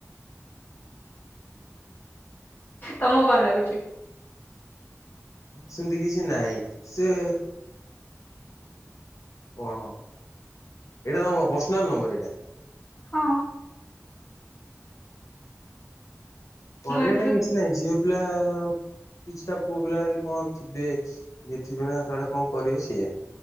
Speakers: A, on the left (about 40°); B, on the left (about 85°).
A: ତମକୁ କଣ ଲାଗୁଛି?
B: ସେମିତି କିଛି ନାହିଁ ସେ କଣ ଏଇଟା ତମ ପର୍ସି ନାଲ ନମ୍ବର ଏଇଟା?
A: ହଁ।
B: କରିବା
A: ମୁଁ ଏମିତି
B: ଟା କିଛି ନାହିଁ ଝିଅ ପିଲା କିଛିଟା ପୁଅ ପିଲା ଯଦି କଣ ଥିବେ ଇଏ ଥିବେ ନା କାଳେ କଣ କରିବେ? ସେଇ